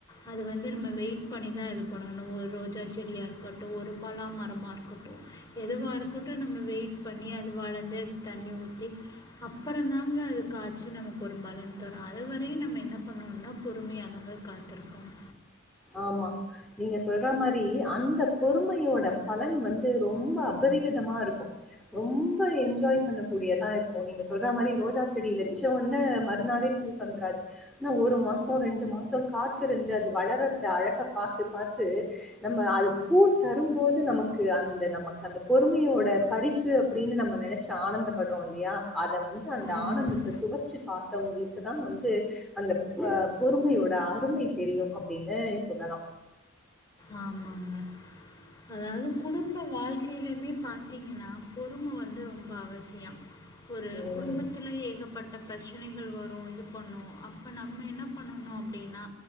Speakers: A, on the left; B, in the centre.
A: அது வந்து நம்ம வெயிட் பண்ணிதா இது பண்ணணு ஒரு ரோஜா செடியா இருக்கட்டு ஒரு பலாமரமா இருக்கட்டு எதுவா இருக்கட்ட நம்ம வெயிட் பண்ணி அது வளர்ந்து அது தண்ணி ஊத்தி அப்புற தாங்க அது காய்ச்சு நமக்கு ஒரு பலனு தரு அதுவரையு நம்ம என்ன பண்ணோனா பொறுமையாதாங்க காத்திருக்கனு
B: ஆமா நீங்க சொல்ற மாரி அந்த பொறுமையோட பலன் வந்து ரொம்ப அபரிவிதமா இருக்கு ரொம்ப என்ஜாய் பண்ண கூடியதா இருக்கு நீங்க சொல்ற மாரி ரோஜா செடி வச்சோனே மறுநாளே பூ தந்துறாது ஆனா ஒரு மாசோ ரெண்டு மாசோ காத்திருந்து அது வளரது அந்த அழக பாத்து பாத்து ச் நம்ம அது பூ தரும்போது நமக்கு அந்த நமக்கு அந்த பொறுமையோட பரிசு அப்படின்னு நம்ம நனைச்சு ஆனந்தப்படுறோ இல்லையா வந்து அந்த
A: ம்.
B: ஆனந்தத்த சுவச் ச் பாத்தவங்களுக்குதா வந்து அந்த பொறுமையோட அருமை தெரியு அப்டின் எ சொல்லலா
A: ஆமாங்க அதாவது குடும்ப வாழ்க்கையிலுமே பாத்தீங்கன்னா பொறும வந்து ரொம்ப அவசியோ ஒரு
B: ம்.
A: குடும்பத்துல ஏகப் பட்ட பிரச்சனைகள் வரு இது பண்ணு அப்ப நம்ம என்ன பண்ணணு அப்டின்னா